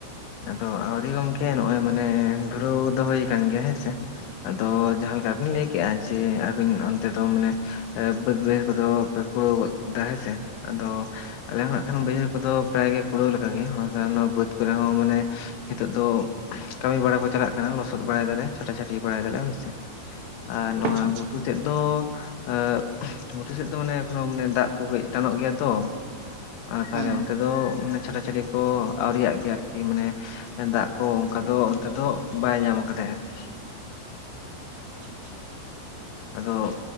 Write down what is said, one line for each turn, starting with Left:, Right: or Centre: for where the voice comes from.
Left: ᱟᱫᱚ ᱟᱣᱨᱤ ᱜᱚᱢᱠᱮ ᱱᱚᱜ-ᱚᱭ ᱢᱟᱱᱮ ᱫᱷᱩᱨᱟᱹᱣ ᱫᱚ ᱦᱩᱭᱠᱟᱱ ᱜᱮᱭᱟ ᱦᱮᱸᱥᱮ᱾ ᱟᱫᱚ ᱡᱟᱦᱟᱸᱞᱮᱠᱟ ᱵᱤᱱ ᱞᱟᱹᱭ ᱠᱮᱜᱼᱟ ᱡᱮ ᱟᱵᱤᱱ ᱚᱱᱛᱮ ᱫᱚ ᱢᱟᱱᱮ ᱮᱸ ᱵᱟᱹᱫ ᱵᱟᱹᱭᱦᱟᱹᱲ ᱠᱚᱫᱚ ᱯᱮ ᱠᱩᱬᱟᱹᱣ ᱜᱚᱫ ᱠᱮᱫᱟ ᱦᱮᱸ ᱛᱮ ᱟᱫᱚ ᱟᱞᱮ ᱦᱚᱸ
Right: ᱦᱳᱭ
Left: ᱱᱟᱜ-ᱠᱷᱟᱱ ᱵᱟᱹᱭᱦᱟᱹᱲ ᱠᱚᱫᱚ ᱯᱨᱟᱭ ᱜᱮ ᱠᱩᱲᱟᱹᱣ ᱞᱮᱠᱟ ᱜᱮ ᱱᱚᱭᱟ ᱡᱟᱦᱟᱸ ᱱᱚᱣᱟ ᱵᱟᱹᱫᱽ ᱠᱚᱨᱮ ᱦᱟᱸᱜ ᱚᱸ ᱢᱟᱱᱮ ᱱᱤᱛᱚᱜ ᱫᱚ ᱠᱟᱹᱢᱤ ᱵᱟᱲᱟ ᱠᱚ ᱪᱟᱞᱟᱜ ᱠᱟᱱᱟ ᱞᱚᱥᱚᱫ ᱵᱟᱲᱟᱭ ᱫᱟᱞᱮ ᱪᱷᱟᱴᱟ ᱪᱷᱟᱹᱴᱤ ᱵᱟᱲᱟᱭ ᱫᱟᱞᱮ ᱦᱳᱭ ᱥᱮ ᱟᱨ ᱱᱚᱣᱟ
Right: ᱟᱪᱪᱷᱟ ᱟᱪᱪᱷᱟ
Left: ᱜᱷᱩᱴᱩ ᱛᱮᱜ ᱫᱚ ᱮᱸᱜ ᱜᱷᱩᱴᱩ ᱥᱮᱫ ᱫᱚ ᱢᱟᱱᱮ ᱮᱠᱷᱚᱱᱳ ᱢᱟᱱᱮ ᱫᱟᱜ ᱠᱚ ᱠᱟᱹᱡ ᱴᱟᱱᱚᱜ ᱜᱮᱭᱟ ᱛᱚ᱾ ᱟᱨ ᱛᱟᱦᱚᱞᱮ
Right: ᱦᱩᱸ
Left: ᱚᱱᱛᱮ ᱫᱚ ᱢᱟᱱᱮ ᱪᱷᱟᱴᱟ ᱪᱷᱟᱹᱴᱤ ᱠᱚ ᱟᱣᱨᱤᱭᱟᱜ ᱜᱮᱭᱟ ᱟᱨ -ᱠᱤ ᱢᱟᱱᱮ ᱫᱟᱜ ᱠᱚ ᱚᱱᱠᱟ ᱫᱚ ᱚᱱᱛᱮ ᱫᱚ ᱵᱟᱭ ᱧᱟᱢ ᱠᱟᱫᱟᱭ ᱟᱨᱠᱤ᱾ <inaudible>
Right: <unintelligible>
Left: ᱟᱫᱚ